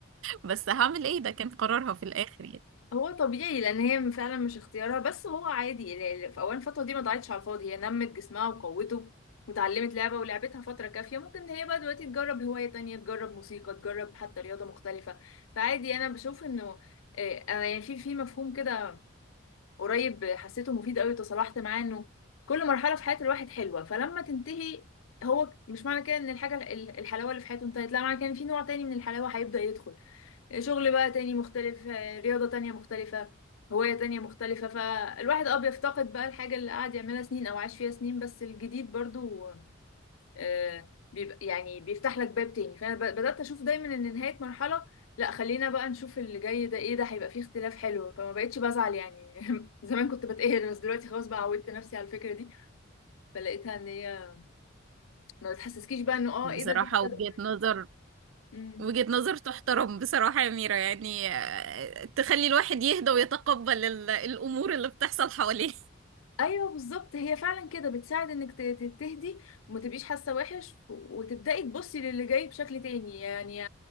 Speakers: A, on the right (about 75°); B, on the left (about 85°).
A: بس هعمل ايه ده كان قرارها في الآخر يعني
B: هو طبيعي لان هي فعلا مش اختيارها بس هو عادي ال- ال- في اول الفتره دي ما ضاعتش على الفاضي هي نمت جسمها وقوته وتعلمت لعبه ولعبتها فتره كافيه ممكن هي بقى دلوقتي تجرب هوايه تانية تجرب موسيقى تجرب حتى رياضه مختلفه فعادي انا بشوف انه آه، انا يعني في في مفهوم كده قريب حسيته مفيد قوي وتصالحت معاه انه كل مرحله في حياه الواحد حلوه فلما تنتهي هو مش معنى كده ان الحاجه ال- الحلاوه اللي في حياته انتهت لا معنى كده ان في نوع تاني من الحلاوه هيبدا يدخل شغل بقى تاني مختلف آه، رياضة تانية مختلفة هواية تانية مختلفة فالواحد اه بيفتقد بقى الحاجة اللي قعد يعملها سنين أو عاش فيها سنين بس الجديد برضو آه، بيبقى يعني بيفتح لك باب تاني فأنا ب- بدأت أشوف دايما إن نهاية مرحلة لا خلينا بقى نشوف اللي جاي ده ايه ده هيبقى فيه اختلاف حلو فما بقتش بزعل يعني <laughs> زمان كنت بتقهر بس دلوقتي خلاص بقى عودت نفسي على الفكرة دي فلقيتها ان هي ما بتحسسكيش بقى انه اه
A: بصراحة
B: ايه ده دي حتة
A: وجهة
B: ده
A: نظر
B: مم.
A: وجهة نظر تحترم بصراحة يا ميرا يعني آه، تخلي الواحد يهدى ويتقبل ال- الأمور اللي بتحصل حواليه
B: ايوه بالظبط هي فعلا كده بتساعد انك ت- ت- تهدي وما تبقيش حاسه وحش وتبداي تبصي للي جاي بشكل تاني يعني